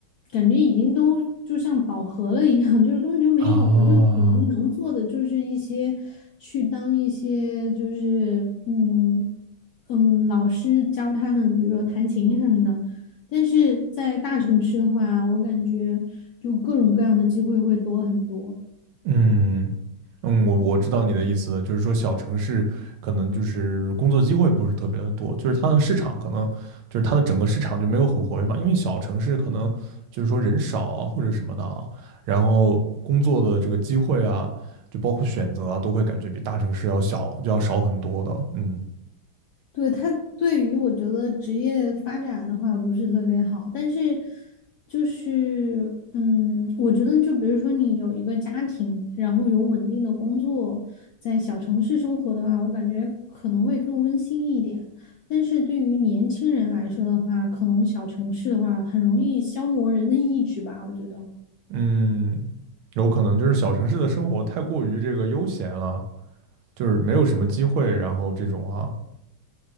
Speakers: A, on the left; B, on the right.
A: 感觉已经都就像饱和了一样，<laughs> 就是根本就没有，
B: 啊。
A: 我就可能能做的就是一些去当一些就是嗯嗯老师教他们，比如说弹琴什么的。但是在大城市的话，我感觉就各种各样的机会会多很多。
B: 嗯嗯，我我知道你的意思了，就是说小城市可能就是工作机会不是特别的多，就是它的市场可能就是它的整个市场就没有很活跃嘛，因为小城市可能就是说人少啊或者什么的啊，然后工作的这个机会啊，就包括选择啊，都会感觉比大城市要小要少很多的，嗯
A: 对，他对于我觉得职业发展的话不是特别好，但是就是嗯，我觉得就比如说你有一个家庭，然后有稳定的工作，在小城市生活的话，我感觉可能会更温馨一点。但是对于年轻人来说的话，可能小城市的话很容易消磨人的意志吧，我觉得。
B: 嗯，有可能就是小城市的生活太过于这个悠闲了，就是没有什么机会，然后这种啊。